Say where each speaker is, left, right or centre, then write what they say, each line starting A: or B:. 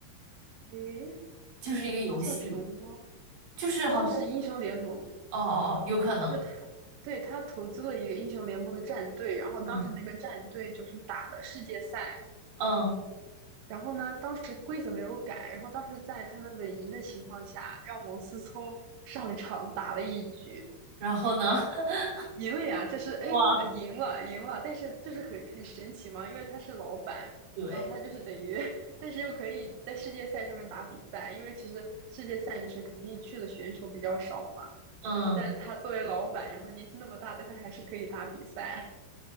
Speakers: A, on the right; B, on the right.
A: 诶，
B: 就是一个游戏，
A: 不不叫熊猫，
B: 就是好像
A: 就说是英雄联盟，
B: 哦哦哦，有可能，
A: 就他，对，他投资了一个英雄联盟的战队，然后当时那个战队就是打了世界赛，
B: 嗯嗯，
A: 然后呢，当时规则没有改，然后当时在他们稳赢的情况下，让王思聪上场打了一局，
B: 然后呢？<laughs>
A: 赢了呀！这是哎，
B: 哇，
A: 呃赢了，赢了，但是就是很很神奇嘛，因为他是老板，
B: 对，
A: 然后他就是等于，<laughs> 但是又可以在世界赛上面打比赛，因为其实世界赛就是肯定去的选手比较少嘛，
B: 嗯，
A: 然后但他作为老板，然后年纪那么大，但他还是可以打比赛，